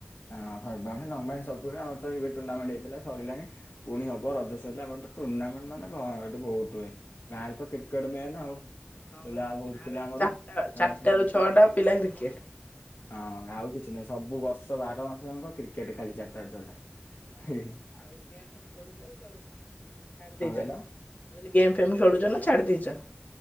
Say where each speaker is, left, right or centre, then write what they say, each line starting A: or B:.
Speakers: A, on the left; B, on the left.
A: ହଁ ହର୍ଟ ବାଉଣ୍ଡ୍ରି ଲଙ୍ଗ୍ ବାଉଣ୍ଡ୍ରି ସବୁଉରା ଆମର ତ ଏବେ ଟୁର୍ଣ୍ଣେଣ୍ଟହେଇଥିଲା ସରିଲାଣି। ପୁଣି ହବ ରଜ ସରିଲା ପରେ ତ ଟୁର୍ଣ୍ଣାମେଣ୍ଟ ମାନେ ଭ ଏଠି ବହୁତ ହୁଏ। ଗାଁରେ ତ କ୍ରିକେଟ ମେନ୍ ଆଉ।
B: ହଁ
A: ପିଲା
B: ବା
A: ବହୁତ
B: ଗାଁରେ
A: ପିଲା ଆମର
B: ଚାରିଟା
A: ଖେଳା
B: ଚାରିଟାରୁ
A: ଖେଳି
B: ଛଅଟା ପିଲା କ୍ରିକେଟ।
A: ହଁ ଆଉ କିଛି ନାହିଁ ସବୁ ବର୍ଷ ର୍ଷ ବାର ମାସ ଯାଙ୍କ କ୍ରିକେଟ
B: ହଁ
A: ଖାଲି ଚାରିଟ ଛଟା।
B: ହଁ
A: ହି
B: ବା
A: ହି
B: ଆଉ ଗେମ୍ ଫେମ୍ ଖେଳୁଚ କି ଖେଳୁନ ଛାଡି
A: କଣ
B: ଦେଇଚ?
A: କହିଲ
B: ମୁଁ କହିଲି ଗେମ୍ ଫେମ୍ ଖେଳୁଚ ନା ଚଡ଼ିଦେଇଚ।